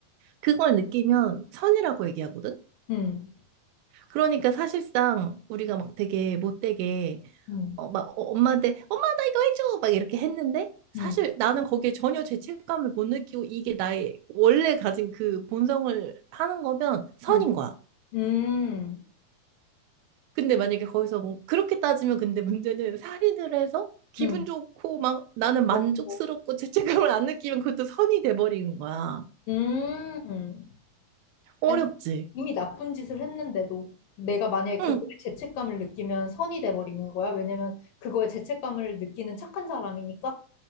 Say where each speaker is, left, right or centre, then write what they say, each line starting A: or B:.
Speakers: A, on the right (about 85°); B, on the left (about 75°).
A: 그걸 느끼면 선이라고 얘기하거든.
B: 응,
A: 그러니까 사실상 우리가 막 되게 못되게
B: 응,
A: 어, 막 어, 엄마한테 엄마 나 이거 해줘 막 이렇게 했는데 사실
B: 응,
A: 나는 거기에 전혀 죄책감을 못 느끼고 이게 나의 원래 가진 그 본성을 하는 거면 선인
B: 응,
A: 거야.
B: 응,
A: 근데 만약에 거기서 뭐 그렇게 따지면 근데 문제는 살인을 해서 기분
B: 응.
A: 좋고 막 나는 만족스럽고
B: 어, 어.
A: <laughs> 죄책감을 안 느끼면 그것도 선이 돼버리는 거야.
B: 음.
A: 어렵지.
B: 아니, 이미 나쁜 짓을 했는데도 내가 만약에 그거에
A: 응,
B: 죄책감을 느끼면 선이 돼버리는 거야. 왜냐면 그거에 죄책감을 느끼는 착한 사람이니까.